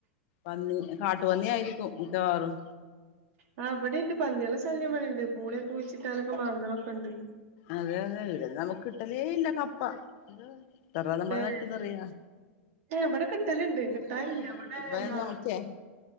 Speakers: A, on the left (about 55°); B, on the right (about 70°).
A: പന്നി കാട്ടു പന്നിയ ആയിരിക്കും മിക്കവാേറും
B: ആ അവിടെ ഉണ്ട് പന്നി ള ശല്യം ഇവിടെുണ്ട് പൂളയൊക്കെ കുഴിച്ചിട്ട് മാന്തലൊക്കെ മാന്ത്രമൊക്കെ ഉണ്ട്
A: അതെ അതെ ഇവിടെന്ന് നമുക്ക് കിട്ടലേ ഇല്ല കപ്പ ഇത്രറ നമ്മള
B: ല്ലേ
A: നട്ട്ന്ന്റിയാ
B: ഏ ഇവിടെ കിട്ടലുണ്ട്
A: ഇ
B: കിട്ടാനില്ല ഇവിടെ എന്താ
A: ഞാൻ മുിച്ചേ